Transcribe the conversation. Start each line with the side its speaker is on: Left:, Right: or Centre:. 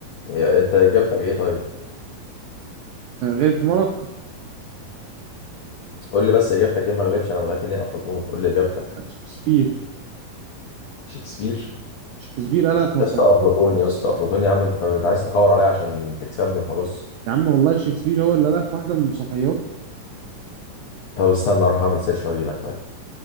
Left: إيه، انت اجابتك ايه طيب
Right: آه، غير في مرق
Left: قول لي بس اجابتك ايه ما اغلبش انا متاكد ان هي افلاطون قول لي اجابتك
Right: شكسبير
Left: شكسبير
Right: شكسبير ألف مسرحية
Left: يا اسطى افلاطون يا اسطى افلاطون يا عم انت بت- عايز تحور عليا عشان تكسبني وخلاص
Right: يا عم والله شكسبير هو اللي ألف واحدة من مسرحياته
Left: طب استنى اروح اعمل سيرش واجي لك طيب